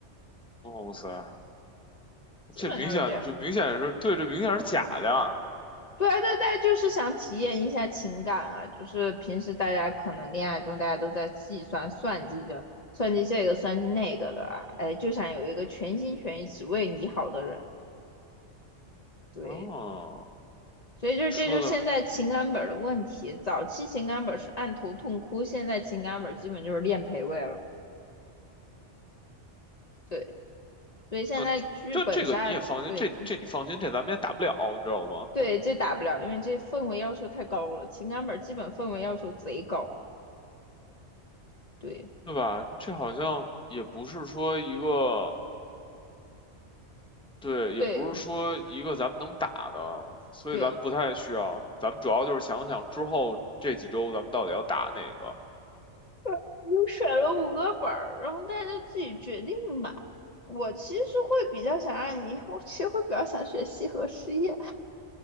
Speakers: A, in the centre; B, on the left.
A: 哦哇塞，
B: 基本就是这样。
A: 这明显这明显是对，这明显是假的呀。
B: 对啊对对，就是想体验一下情感啊，就是平时大家可能恋爱中大家都在计算算计着算计这个算计那个的啊，哎，就想有一个全心全意只为你好的人。对，
A: 哦，
B: 所以就这就是现在情感本儿的问题。
A: 说的
B: 早期情感本儿是按头痛哭，现在情感本儿基本就是练陪位了。对，所以现在剧本杀，
A: 那这这个你也放心，
B: 对
A: 这这你放心，这咱们也打不了，你知道吗？
B: 对，这打不了，因为这氛围要求太高了。情感本儿基本氛围要求贼高。对
A: 对吧？这好像也不是说一个。对，
B: 对
A: 也不是说一个咱们能打的，所以咱们不太需要。
B: 对，
A: 咱们主要就是想想之后这几周咱们到底要打哪个。
B: 我选了五个本儿，然后大家自己决定吧。我其实会比较想让你，我其实会比较想选西河实业，